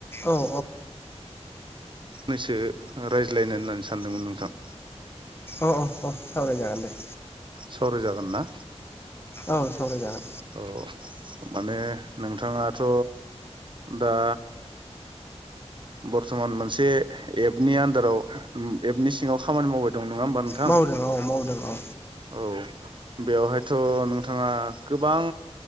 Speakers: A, on the left; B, on the right.
A: औ
B: <inaudible> फंनैसो रायज्लायनो होननानै सानदोंमोन नोंथां।
A: अ अ अ सावराय जागोन दे।
B: सावरायजागोन ना?
A: औ सवराय जागोन।
B: औ माने नोंथाङाथ' दा बरथमान मोनसे एपनि आन्दाराव एपनि सिङाव खामानि मावबाय दं नङा होमबा नोंथां
A: मावदों औ मावदों औ
B: औ बेवहायथ' नोंथाङा गोबां